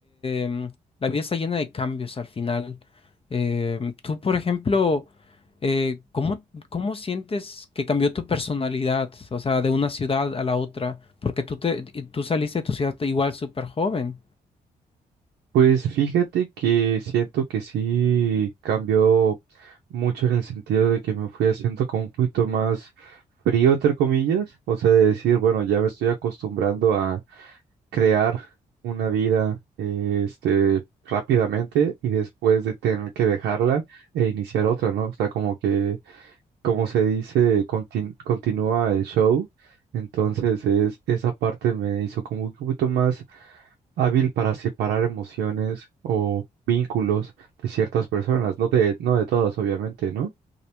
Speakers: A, on the left; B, on the right.
A: em, la vida está llena de cambios al final. Em, tú, por ejemplo, eh, ¿cómo, cómo sientes que cambió tu personalidad? O sea, de una ciudad a la otra. Porque tú, te, y tú saliste de tu ciudad igual súper joven.
B: Pues fíjate que siento que sí cambió mucho en el sentido de que me fui haciendo como un poquito más frío, entre comillas, o sea, de decir, bueno, ya me estoy acostumbrando a crear una vida, eh, este, rápidamente y después de tener que dejarla e iniciar otra, ¿no? O sea, como que, como se dice, contin- continúa el show, entonces es, esa parte me hizo como un poquito más hábil para separar emociones o vínculos de ciertas personas, no de, no de todas, obviamente, ¿no?